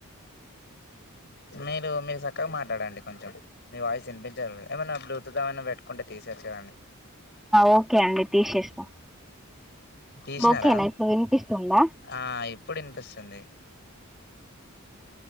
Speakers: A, on the left; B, in the centre.
A: మీరు మీరు చక్కగా మాట్లాడండి కొంచెం మీ వాయిస్ వినిపించాట లేదు ఏమైన్నా బ్లూటూత్ ఏమైనా పెట్టుకుంటే తీసేయవచ్చు కదండి.
B: ఓకే అండి తీసేస్తా.
A: తీసినారా
B: ఓకేనా ఇప్పుడు వినిపిస్తుందా.
A: ఆ ఇప్పుడు వినిపిస్తుంది.